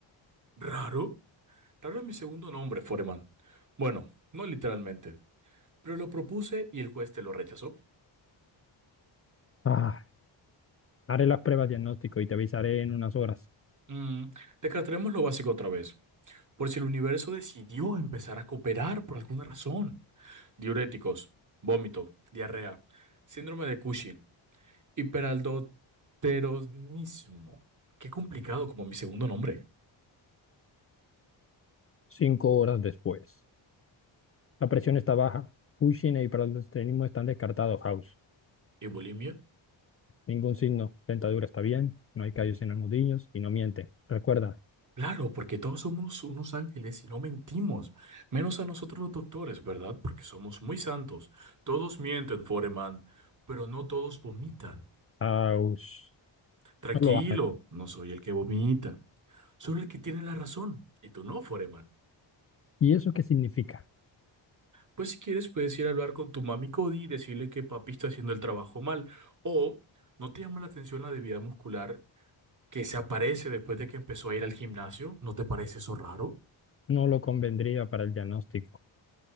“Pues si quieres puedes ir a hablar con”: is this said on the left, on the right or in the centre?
Right